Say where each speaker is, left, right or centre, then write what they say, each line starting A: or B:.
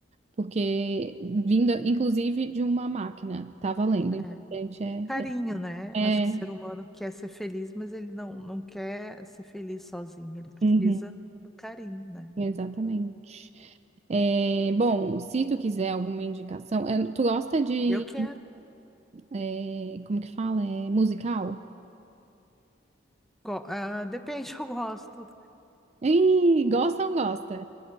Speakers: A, on the right; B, in the centre.
A: Porque vindo, inclusive, de uma máquina, tá valendo, o importante
B: é.
A: é...
B: Carinho, né?
A: é,
B: Acho que o
A: é-
B: ser humano quer ser feliz, mas ele não, não quer ser feliz sozinho. Ele precisa
A: Uhum,
B: do carinho, né?
A: exatamente. É, bom, se tu quiser alguma indicação, é, tu gosta de...
B: Eu quero.
A: é, como que fala? É, musical?
B: Go- ah, depende, <laughs> eu gosto.
A: Ih, gosta ou não gosta?